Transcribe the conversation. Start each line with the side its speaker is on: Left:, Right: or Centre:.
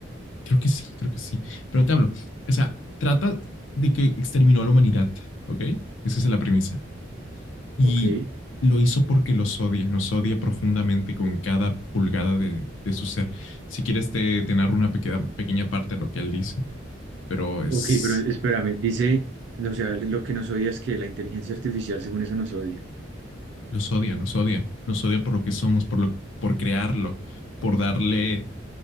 Left: Creo que sí, creo que sí. Pero te hablo, o sea, trata de que exterminó a la humanidad, ¿ok? Esa es la premisa. Y
Right: Ok,
Left: lo hizo porque los odia, nos odia profundamente con cada pulgada de, de su ser. Si quieres, te, te narro una pequeña, pequeña parte de lo que él dice, pero es,
Right: ok, pero espérame, dice, no, o sea, lo que nos odia es que la inteligencia artificial, según eso, nos odia.
Left: los odia, nos odia, nos odia por lo que somos, por, lo, por crearlo, por darle